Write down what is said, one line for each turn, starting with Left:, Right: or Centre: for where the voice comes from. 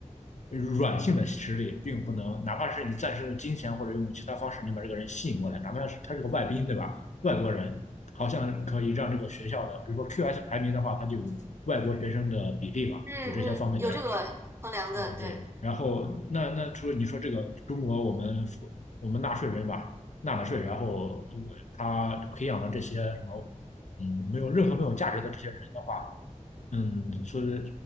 Left: 嗯软性的实力，并不能，哪怕是你暂时用金钱或者用其他方式，你把这个人吸引过来，哪怕是他是个外宾，对吧？外国人好像可以让这个学校的，比如说 QS 排名的话，它就有外国学生的比例嘛，
Right: 嗯嗯，
Left: 有这些方面的
Right: 有这个衡量的，
Left: 对对然后那那除了你说这个中国，
Right: 对
Left: 我们我们纳税人吧，纳了税，然后我他培养了这些什么，嗯，没有任何没有价值的这些人的话，嗯，说的